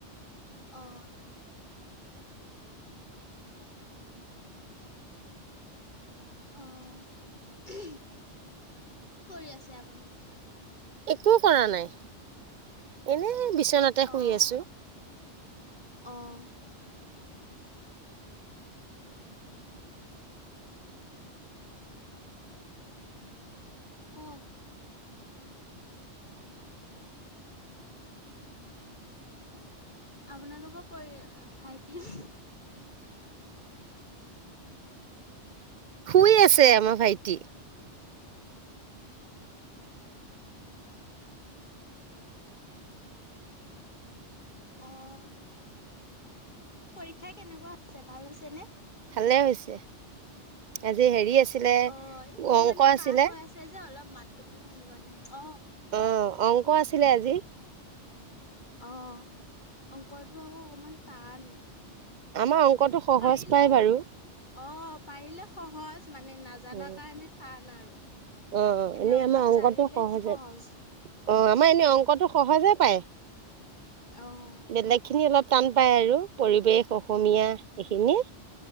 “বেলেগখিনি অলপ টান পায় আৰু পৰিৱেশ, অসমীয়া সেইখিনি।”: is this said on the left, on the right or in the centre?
Right